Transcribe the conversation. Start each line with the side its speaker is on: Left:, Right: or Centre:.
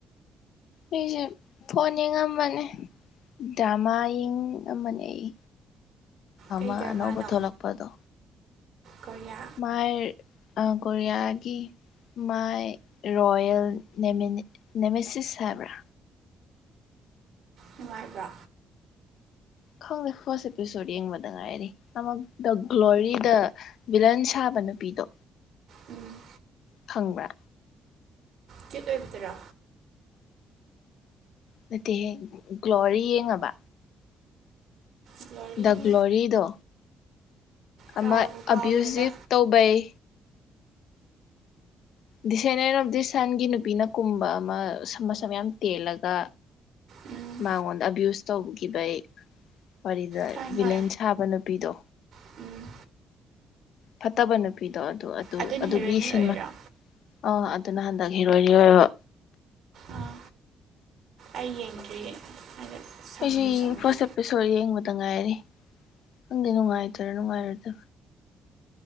Left: ꯑꯩꯁꯤ ꯐꯣꯟ ꯌꯦꯡꯉꯝꯕꯅꯦ ꯗ꯭ꯔꯃꯥ ꯌꯦꯡꯉꯝꯕꯅꯦ ꯑꯩ ꯑꯃ
Right: ꯀꯩ ꯗ꯭ꯔꯃꯥꯅꯣ
Left: ꯑꯅꯧꯕ ꯊꯣꯛꯂꯛꯄꯗꯣ
Right: ꯀꯣꯔꯤꯌꯥ
Left: ꯃꯣꯏ ꯑ ꯀꯣꯔꯤꯌꯥꯒꯤ ꯃꯥꯏ ꯔꯣꯌꯦꯜ ꯅꯦꯃꯦ ꯅꯦꯃꯦꯁꯤꯁ ꯍꯥꯏꯕ꯭ꯔꯥ
Right: ꯅꯨꯡꯉꯥꯏꯕ꯭ꯔꯣ
Left: ꯈꯪꯗꯦ ꯐꯥꯔꯁ ꯑꯦꯄꯤꯁꯣꯗ ꯌꯦꯡꯕꯗ ꯉꯥꯏꯔꯤ ꯑꯃ ꯗ ꯒ꯭ꯂꯣꯔꯤ ꯗ ꯚꯤꯂꯟ ꯁꯥꯕ ꯅꯨꯄꯤꯗꯣ
Right: ꯎꯝ
Left: ꯈꯪꯕ꯭ꯔ
Right: ꯀ꯭ꯌꯨꯠ ꯑꯣꯏꯕꯗꯨꯔꯣ
Left: ꯅꯠꯇꯦꯍꯦ ꯒ꯭ꯂꯣꯔꯤ ꯌꯦꯡꯉꯕ
Right: ꯒ꯭ꯂꯣꯔꯤ
Left: ꯗ ꯒ꯭ꯂꯣꯔꯤꯗꯣ
Right: ꯀꯥꯎꯕꯨ
Left: ꯑꯃ
Right: ꯀꯥꯎꯈ꯭ꯔꯦꯗ
Left: ꯑꯕ꯭ꯌꯨꯖꯤꯞ ꯇꯧꯕꯩ ꯗꯤꯁꯦꯅꯦꯟ ꯑꯣꯐ ꯗꯤꯁ ꯁꯟꯒꯤ ꯅꯨꯄꯤꯅ ꯀꯨꯝꯕ ꯑꯃ ꯃꯁꯝ ꯌꯥꯝ ꯇꯦꯜꯂꯒ
Right: ꯎꯝ
Left: ꯃꯉꯣꯟꯗ ꯑꯕ꯭ꯌꯨꯁ ꯇꯧꯈꯤꯕꯩ ꯋꯥꯔꯤꯗ
Right: ꯈꯪꯉꯦ
Left: ꯚꯤꯂꯦꯟ ꯁꯥꯕꯩ ꯅꯨꯄꯤꯗꯣ
Right: ꯈꯪꯉꯦ ꯎꯝ
Left: ꯐꯠꯇꯕ ꯅꯨꯄꯤꯗꯣ ꯑꯗꯨ ꯑꯗꯨ
Right: ꯑꯗꯨꯅ
Left: ꯑꯗꯨꯒꯤ
Right: ꯍꯦꯔꯣꯏꯅꯤ
Left: ꯁꯤꯟꯃꯥ
Right: ꯑꯣꯏꯔꯤꯔꯣ
Left: ꯑ ꯑꯗꯨꯅ ꯍꯟꯗꯛ ꯏꯔꯣꯏ ꯂꯣꯢꯕ
Right: ꯑꯥ ꯑꯩ ꯌꯦꯡꯗ꯭ꯔꯤꯌꯦ <unintelligible>
Left: ꯑꯩꯁꯨ ꯌꯦꯡ
Right: ꯁꯪꯗ꯭ꯔꯤ
Left: ꯐꯥꯔꯁ ꯑꯦꯄꯤꯁꯣꯗ ꯌꯦꯡꯕꯗ ꯉꯥꯏꯔꯤ ꯈꯪꯗꯦ ꯅꯨꯡꯉꯥꯏꯗꯣꯏꯔꯥ ꯅꯨꯡꯉꯥꯏꯔꯣꯢꯗ